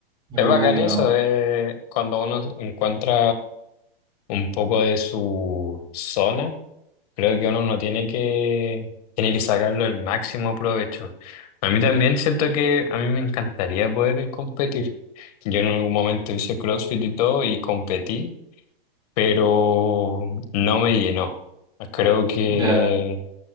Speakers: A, on the right (about 15°); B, on the left (about 40°).
A: algo
B: Es bacán
A: muy ligado.
B: eso de cuando uno encuentra un poco de su zona, creo que uno no tiene que, tiene que sacarlo el máximo provecho. A mí también
A: Mm.
B: siento que a mí me encantaría poder competir. Yo en algún momento hice CrossFit y todo y competí, pero no me llenó. Creo que
A: Ya,